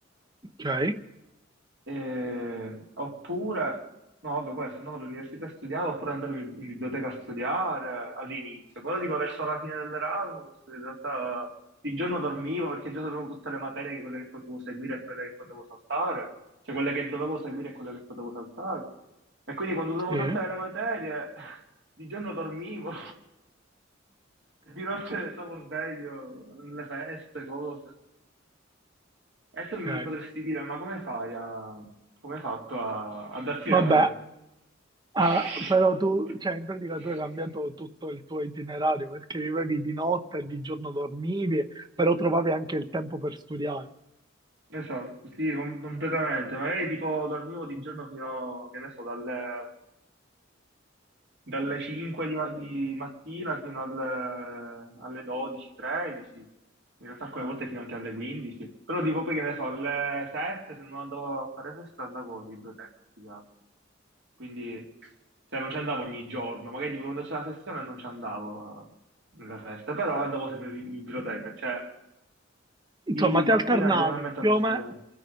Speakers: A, on the right; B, on the right.
A: Ok,
B: eh, oppure, no, vabbè, questo andavo all'università a studiare, oppure andavo in in biblioteca a studiare eh, all'inizio, però tipo verso la fine dell'Erasmus, in realtà il giorno dormivo perché già sapevo tutte le materie, che- quelle che potevo seguire e quelle che potevo saltare, cioè quelle che dovevo seguire e quelle che potevo saltare. E quindi quando dovevo
A: sì,
B: saltare le materie, <laughs> di giorno dormivo, <laughs> di notte stavo sveglio, nelle feste, cose. E tu mi
A: ok.
B: potresti dire, ma come fai a... come hai fatto a, a darti
A: Vabbè,
B: la materia?
A: ah,
B: <laughs>
A: però tu, cioè in pratica tu hai cambiato tutto il tuo itinerario perché vivevi di notte e di giorno dormivi, però trovavi anche il tempo per studiare.
B: Esatto, sì, com- completamente. Magari tipo dormivo di giorno fino, che ne so, dalle dalle 5 di, ma- di mattina fino al- alle 12, 13, in realtà alcune volte fino anche alle 15, però tipo poi che ne so, alle 7 se non andavo a fare festa andavo in biblioteca a studiare, quindi cioè, non ci andavo ogni giorno, magari tipo quando c'era la sessione non ci andavo eh, nelle feste, però andavo sempre in in biblioteca, cioè di
A: Insomma, ti
B: mattina
A: alternavi,
B: generalmente
A: più
B: non
A: o,
B: studiavo,
A: me-